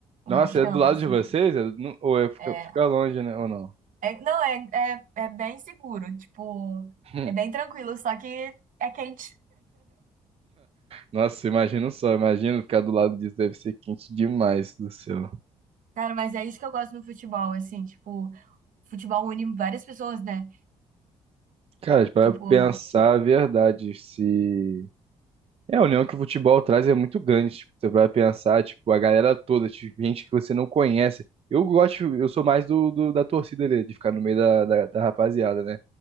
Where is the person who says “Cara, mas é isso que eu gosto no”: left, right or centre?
Right